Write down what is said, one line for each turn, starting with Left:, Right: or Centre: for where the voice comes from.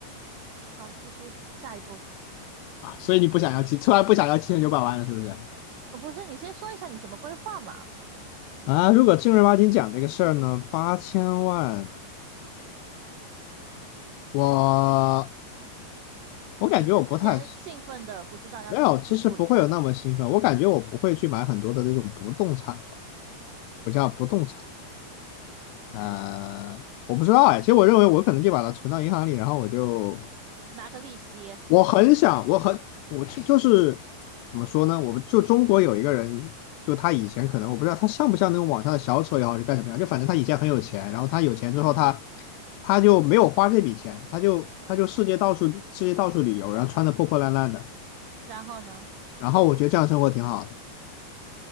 Right: 好，继续下一步。
Left: 啊，所以你不想要七，突然不想要七千九百万了，是不是？
Right: 呃，不是，你先说一下你怎么规划嘛？
Left: 啊，如果正儿八经讲这个事儿呢，八千万，我我感觉我不太
Right: 一时之间兴奋的不知道要怎么样去处理它，
Left: 没有，其实不会有那么兴奋。我感觉我不会去买很多的那种不动产吧，我叫不动产。呃，我不知道哎，其实我认为我可能就把它存到银行里，然后我就
Right: 拿个利息，
Left: 我很想，我很我就就是怎么说呢？我们就中国有一个人，就他以前可能我不知道他像不像那种网上的小丑也好是干什么样，就反正他以前很有钱，然后他有钱之后他
Right: 嗯，
Left: 他就没有花这笔钱，他就他就世界到处世界到处旅游，然后穿的破破烂烂的。
Right: 然后呢？
Left: 然后我觉得这样生活挺好的